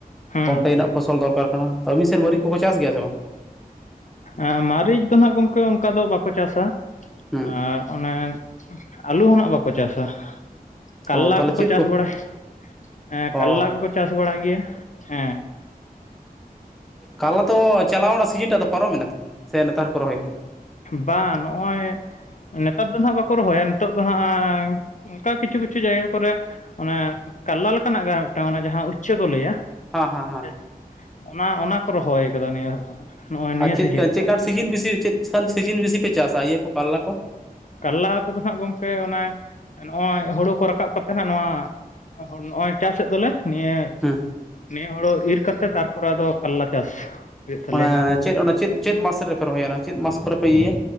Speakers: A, on the left; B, in the centre.
A: ᱦᱮᱸ
B: ᱠᱚᱢ
A: ᱦᱮᱸ
B: ᱴᱟᱭᱤᱢ ᱨᱮᱱᱟᱜ ᱯᱷᱚᱥᱚᱞ ᱫᱚᱨᱠᱟᱨ ᱠᱟᱱᱟ, ᱛᱚ ᱟᱹᱵᱤᱱ ᱥᱮᱱ ᱢᱟᱹᱨᱤᱪ ᱠᱚᱠᱚ ᱪᱟᱹᱥ ᱜᱮᱭᱟ ᱥᱮ ᱵᱟᱝ?
A: ᱮᱸᱻ ᱢᱟᱹᱨᱤᱪ ᱫᱚ ᱱᱟᱦᱟᱜ ᱜᱚᱝᱠᱮ ᱚᱱᱠᱟ ᱫᱚ ᱵᱟᱠᱚ ᱪᱟᱥᱟ᱾
B: ᱦᱮᱸ
A: ᱟᱨ ᱚᱱᱮ, ᱟᱹᱞᱩ ᱦᱚᱸ ᱱᱟᱦᱟᱜ ᱵᱟᱠᱚ ᱪᱟᱥᱟ᱾ ᱠᱟᱞᱞᱟ
B: ᱚ ᱛᱟᱦᱚᱞᱮ
A: ᱠᱚᱠᱚ
B: ᱪᱮᱫ
A: ᱪᱟᱥ
B: ᱠᱚ
A: ᱵᱟᱲᱟᱭ, ᱦᱮᱸ ᱠᱟᱞᱞᱟ
B: ᱚ
A: ᱠᱚᱠᱚ ᱪᱟᱥ ᱵᱟᱲᱟᱭ ᱜᱮᱭᱟ ᱦᱮᱸ᱾
B: ᱠᱟᱞᱞᱟ ᱛᱚ ᱪᱟᱞᱟᱣ ᱮᱱᱟ ᱥᱤᱡᱤᱱ ᱴᱟᱜ ᱫᱚ ᱯᱟᱨᱚᱢᱮᱱᱟ, ᱥᱮ ᱱᱮᱛᱟᱨ ᱦᱚᱸᱠᱚ ᱨᱚᱦᱚᱭ ᱜᱮᱭᱟ?
A: ᱵᱟᱝ ᱱᱚᱜᱼᱚᱭ, ᱱᱮᱛᱟᱨ ᱫᱚ ᱱᱟᱦᱟᱜ ᱵᱟᱠᱚ ᱨᱚᱦᱚᱭᱟ ᱱᱤᱛᱚᱜ ᱫᱚ ᱦᱟᱸᱜᱻ ᱚᱝᱠᱟ ᱠᱤᱪᱷᱩ ᱠᱤᱪᱷᱩ ᱡᱟᱭᱜᱟ ᱠᱚᱨᱮ, ᱚᱱᱮ ᱠᱟᱞᱞᱟ ᱞᱮᱠᱟᱱᱟᱜ ᱜᱮ ᱟᱨ ᱢᱤᱫᱴᱟᱝ ᱚᱱᱮ ᱡᱟᱦᱟᱸ ᱩᱪᱪᱷᱟᱹ ᱠᱚ ᱞᱟᱹᱭᱟ,
B: ᱦᱮᱸ ᱦᱮᱸ ᱦᱮᱸ
A: <inaudible> ᱚᱱᱟ ᱚᱱᱟ ᱠᱚ ᱨᱚᱦᱚᱭ ᱠᱟᱫᱟ ᱱᱤᱭᱟᱹ ᱫᱷᱟᱣ ᱱᱚᱜᱼᱚᱭ ᱱᱤᱭᱟᱹ
B: ᱟᱨ ᱪᱮᱫ
A: ᱥᱤᱡᱤᱱ ᱨᱮᱫᱚ᱾
B: ᱪᱮᱫᱠᱟᱱ ᱥᱤᱡᱤᱱ ᱵᱮᱥᱤ ᱪᱮᱫ ᱥᱟᱱ ᱥᱤᱡᱤᱱ ᱵᱮᱥᱤ ᱯᱮ ᱪᱟᱥᱟ ᱤᱭᱟᱹ ᱠᱚ ᱠᱟᱨᱞᱟ ᱠᱚ?
A: ᱠᱟᱨᱞᱟ ᱠᱚᱫᱚ ᱱᱟᱦᱟᱜ ᱜᱚᱝᱠᱮ ᱚᱱᱮ ᱱᱚᱜᱼᱚᱭ ᱦᱩᱲᱩ ᱠᱚ ᱨᱟᱠᱟᱵ ᱠᱟᱛᱮᱜ ᱱᱟᱦᱟᱜ ᱱᱚᱣᱟ, ᱱᱚᱜᱼᱚᱭ ᱪᱟᱥᱮᱫ ᱫᱚᱞᱮ ᱱᱤᱭᱟᱹ
B: ᱦᱮᱸ
A: ᱱᱤᱭᱟᱹ ᱦᱩᱲᱩ ᱤᱨ ᱠᱟᱛᱮ ᱛᱟᱨᱯᱚᱨᱮ ᱟᱫᱚ ᱠᱟᱞᱞᱟ ᱪᱟᱥ ᱦᱩᱭᱩᱜ ᱛᱟᱞᱮᱭᱟ᱾
B: ᱚᱱᱟ ᱪᱮᱫ ᱚᱱᱟ ᱪᱮᱫ, ᱪᱮᱫ ᱢᱟᱥ ᱨᱮᱯᱮ ᱨᱚᱦᱚᱭ-ᱟ ᱚᱱᱟ ᱪᱮᱫ ᱢᱟᱥ ᱠᱚᱨᱮ ᱯᱮ ᱤᱭᱟᱹ